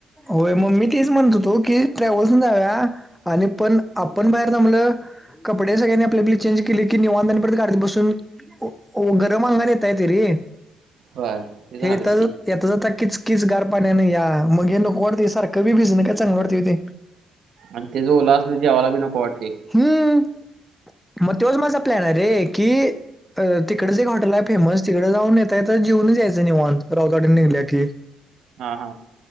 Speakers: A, in the centre; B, on the right.
A: होय मम्मी तेच म्हणतो तो की ट्रॅव्हल्स जाव्या आणि पण आपण बाहेर थबलं कपडे सगळ्यांनी आपल्या आपली चेंज केली की निवांधपत घत बसून गरम अंगन इेतयेत ररी
B: होय ते झालंच
A: हेता
B: की
A: येता जात किच किच गार पाण्या नाही या मग नको ढडती सर की बीझ न काय चां डती त ते
B: आणि ते जो ओला असला ते जेवायला बी नको वाटते
A: हम्म मग तेवच माझा प्लॅन आहे रे की अ तिकडच एक हॉटल आहे फेमस तिकडें जाऊन येतय तर जेऊनच यायचं निवाण राऊतड निघल्या की
B: हा हा